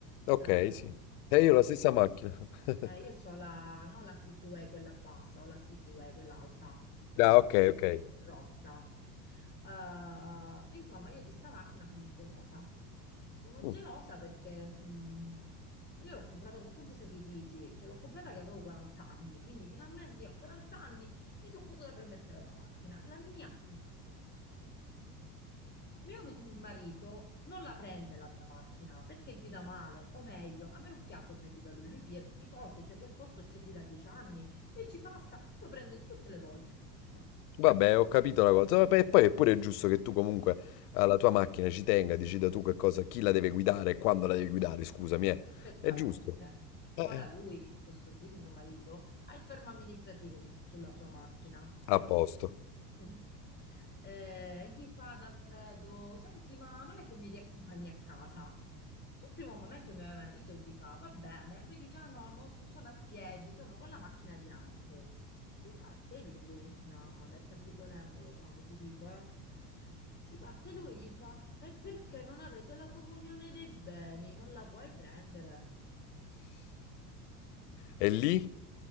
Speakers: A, on the left; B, on the left.
A: ok,
B: eh,
A: sì. E io la stessa macchina. <laughs>
B: eh, io ho la, non la streetwear quella bassa, ho la streetwear quella alta, bellissima,
A: Ah, ok, ok.
B: rossa. Eh, insomma, io di sta macchina sono gelosa. Sono
A: Mm,
B: gelosa perché mh, io l'ho comprata con tanti sacrifici, cioè l'ho comprata che avevo 40 anni, quindi finalmente io a 40 anni mi sono potuta permettere la macchina, la mia macchina. Mio mi- marito non la prende la mia macchina perché guida male, o meglio, a me non piace come guida lui, lui piglia tutti i fossi, cioè quel posto c'è lì da dieci anni, lui ci passa e lo prende tutte le volte, <laughs> cioè
A: vabbè, ho capito la cosa. Vabbè, e poi è pure giusto che tu comunque alla tua macchina ci tenga, decida tu che cosa, chi la deve guidare e quando la devi guidare, scusami, eh.
B: perfettamente.
A: È giusto. Eh.
B: Ora lui, questo zio di mio marito, ha il fermo amministrativo su- sulla sua macchina.
A: A posto.
B: Mm. Eh, gli fa ad Alfredo: Senti, ma non è che mi riaccompagni a casa? Sul primo momento mio marito gli fa: Va bene, poi dice: Ah no, non so- sono a piedi, sono con la macchina di Anto. Si parte lui, mamma, mi è partito l'embolo, Samu, ti dico, eh. Si parte lui, gli fa: E perché non avete la comunione dei beni? Non la puoi prendere.
A: E lì